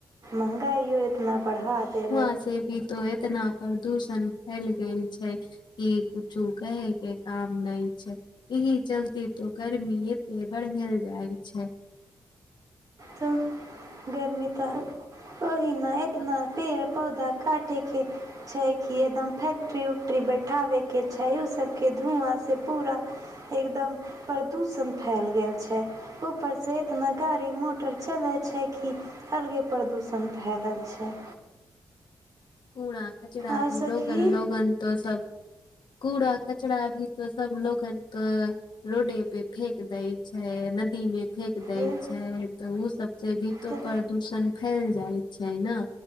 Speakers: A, on the right; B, on the left.
A: महगाइयो इतना बढ़ा दे
B: वैसे भी तो एतना प्रदूषण फैल गेल छै ई कुछु कहै के काम नहि छै एहि चलते तो गर्मी एते बढ़ेल जाय छै
A: त गर्मी तऽ ओहि नहि एतना
B: आ
A: पेड़ पौधा काटेके छै कि एकदम फैक्ट्री-उक्ट्री बैठाबे के छै ओ सबके धुआँ से पूरा एकदम प्रदूषण फैल गेल छै ऊपर से एतना गाड़ी मो टर चलै छै की अलगे प्रदूषण फैलल छै
B: कूड़ा कचड़ा
A: आर
B: भी
A: सखी
B: लोगन लोगन तो सब कूड़ा कचरा भी तो सब लोगन तऽ रोडे पे फेेक दै छैै नदीमे फेेक दै
A: जे
B: छै तऽ ऊ सबसँ तो भी प्रदूषण
A: ते
B: फैल जाइ छै ने!